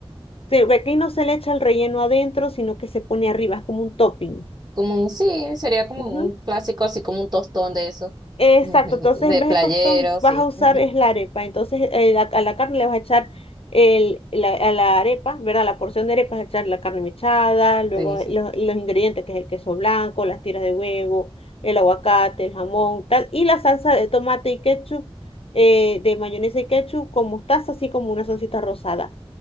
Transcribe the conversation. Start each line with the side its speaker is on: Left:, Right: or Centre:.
Left: Se ve que no se le echa el relleno adentro, sino que se pone arriba, es como un topping.
Right: Como un, sí, sería como
Left: Ujú.
Right: un clásico, así como un tostón de eso,
Left: Exacto,
Right: <laughs>
Left: entonces
Right: de
Left: en vez
Right: playero,
Left: de tostón vas
Right: sí,
Left: a usar
Right: <laughs>
Left: es la arepa, entonces eh, la- a la carne le vas a echar el, la, a la arepa, ¿verdad? La porción de arepa vas a echar la carne mechada, luego
Right: sí, sí.
Left: los, los ingredientes que es el queso blanco, las tiras de huevo, el aguacate, el jamón, tal, y la salsa de tomate y ketchup, eh, de mayonesa y ketchup con mostaza, así como una salsita rosada.